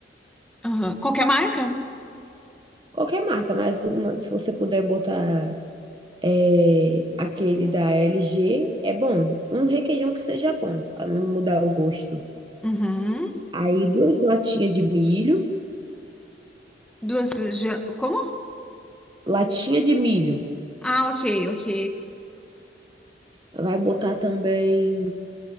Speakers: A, in the centre; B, on the right.
A: uhum. Qualquer marca?
B: qualquer marca, mas uma, se você puder botar É, aquele da LG é bom. Um requeijão que seja bom, para não mudar o gosto.
A: Uhum.
B: Aí duas latinhas de milho,
A: Duas. ge- Como?
B: latinha de milho.
A: Ah, ok, ok.
B: Vai botar também